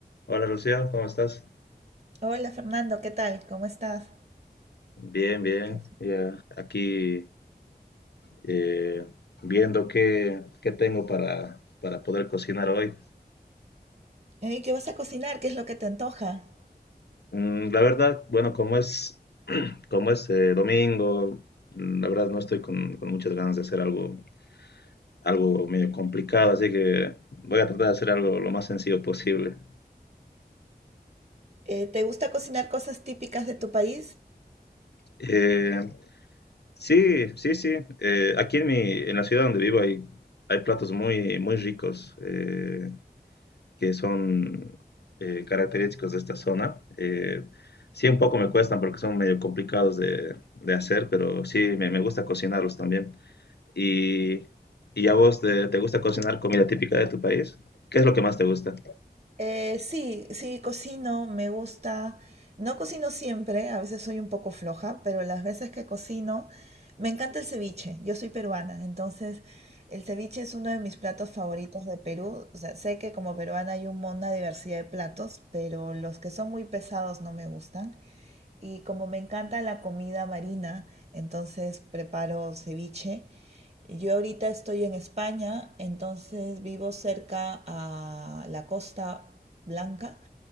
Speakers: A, on the left; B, on the right.
A: Hola Lucía, ¿cómo estás?
B: Hola Fernando, ¿qué tal? ¿Cómo estás?
A: Bien, bien.
B: ¿Qué haces?
A: Ya aquí eh, viendo qué, qué tengo para, para poder cocinar hoy.
B: Ey, ¿qué vas a cocinar? ¿Qué es lo que te antoja?
A: Mm, la verdad, bueno, como es, como es eh, domingo, mm, la verdad no estoy con, con muchas ganas de hacer algo, algo medio complicado, así que voy a tratar de hacer algo lo más sencillo posible.
B: Eh, ¿te gusta cocinar cosas típicas de tu país?
A: Eh, sí, sí, sí. eh, aquí en mi, en la ciudad donde vivo hay, hay platos muy, muy ricos. Eh, que son eh, característicos de esta zona. Eh, sí, un poco me cuestan porque son medio complicados de, de hacer, pero sí, me, me gusta cocinarlos también. Y, ¿Y a vos te, te gusta cocinar comida típica de tu país? ¿Qué es lo que más te gusta?
B: Eh, sí, sí, cocino, me gusta. No cocino siempre, a veces soy un poco floja, pero las veces que cocino, me encanta el ceviche. Yo soy peruana, entonces el ceviche es uno de mis platos favoritos de Perú. O sea, sé que como peruana hay un mon- una diversidad de platos, pero los que son muy pesados no me gustan. Y como me encanta la comida marina, entonces preparo ceviche. Yo ahorita estoy en España, entonces vivo cerca a la Costa Blanca